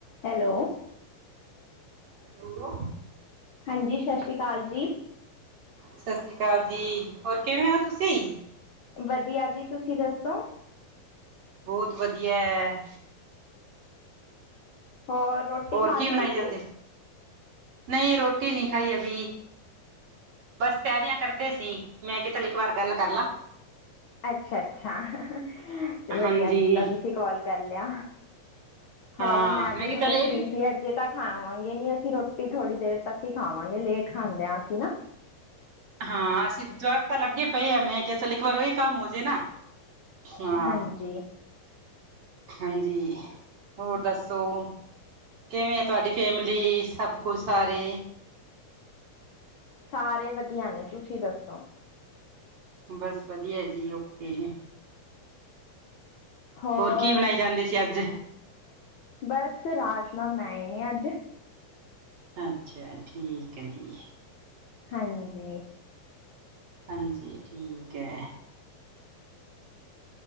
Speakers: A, on the left; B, on the right.
A: ਹੈਲੋ
B: <inaudible> ਹੈਲੋ
A: ਹਾਂਜੀ ਸਤਿ ਸ਼੍ਰੀ ਅਕਾਲ ਜੀ
B: ਸਤਿ ਸ੍ਰੀ ਅਕਾਲ ਜੀ ਹੋਰ ਕਿਵੇਂ ਹੋ ਤੁਸੀਂ
A: ਵਧੀਆ ਜੀ ਤੁਸੀਂ ਦੱਸੋ
B: ਬਹੁਤ ਵਧੀਆ ਐ
A: ਹੋਰ ਰੋਟੀ
B: ਹੋਰ
A: ਖਾ
B: ਕੀ
A: ਲਈ
B: ਬਣਾਈ
A: ਤੁਸੀਂ
B: ਜਾਂਦੇ ਨਈ ਰੋਟੀ ਨਈ ਖਾਈ ਅਬੀ ਬਸ ਤਿਆਰੀਆਂ ਕਰਦੇ ਸੀ ਮੈਂ ਕਿਹਾ ਚੱਲ ਇੱਕ ਵਾਰ ਗੱਲ ਕਰ ਲਾਂ
A: ਅੱਛਾ ਅੱਛਾ ਵਧੀਆ
B: ਹਾਂਜੀ,
A: ਕੀਤਾ ਤੁਸੀਂ ਕੋਲ ਕਰ ਲਿਆ
B: ਹਾਂ
A: ਹੋਰ ਮੈਂ ਵੀ
B: ਕਿਹਾ
A: ਹੁਣੇ
B: ਚੱਲ ਇਹ
A: ਫ੍ਰੀ ਸੀ ਅੱਜ ਅਜੇ ਤਾਂ ਖਾਵਾਂਗੇ ਨੀ ਅਸੀਂ ਰੋਟੀ ਥੋੜੀ ਦੇਰ ਤੱਕ ਹੀ ਖਾਵਾਂਗੇ ਲੇਟ ਖਾਂਦੇ ਹਾਂ ਅਸੀਂ ਨਾ
B: ਹਾਂ ਅਸੀਂ ਜਵਾਕ ਤਾਂ ਲੱਗੇ ਪਏ ਆ ਮੈ ਕਿਹਾ ਚਲ ਇੱਕ ਵਾਰ ਉਹੀ ਕੰਮ ਹੋਜੇ ਨਾ ਹਾਂ
A: ਹਾਂਜੀ
B: ਹਾਂਜੀ ਹੋਰ ਦੱਸੋ ਕਿਵੇਂ ਆ ਤੁਹਾਡੀ ਫੈਮਿਲੀ ਸਭ ਕੁਛ ਸਾਰੇ
A: ਸਾਰੇ ਵਧੀਆ ਨੇ ਤੁਸੀਂ ਦੱਸੋ
B: ਬਸ ਵਧੀਆ ਜੀ ਓਕੇ
A: ਹੋਰ
B: ਕੀ ਬਣਾਈ ਜਾਂਦੇ ਸੀ ਅੱਜ?
A: ਬਸ ਰਾਜਮਾਂ ਬਣਾਏ ਨੇ ਅੱਜ
B: ਅੱਛਾ ਠੀਕ ਹੈ ਜੀ
A: ਹਾਂਜੀ
B: ਹਾਂਜੀ ਠੀਕ ਐ